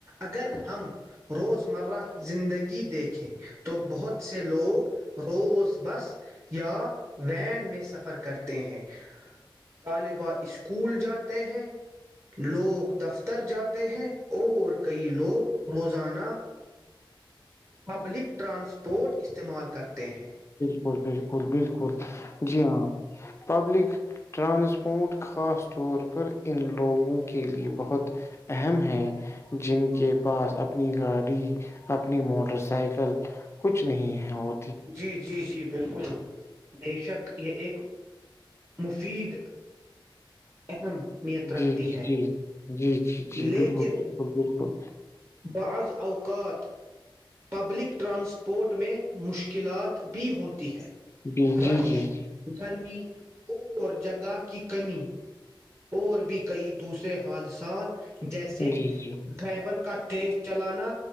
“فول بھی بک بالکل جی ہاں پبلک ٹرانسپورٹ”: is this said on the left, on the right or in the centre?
Left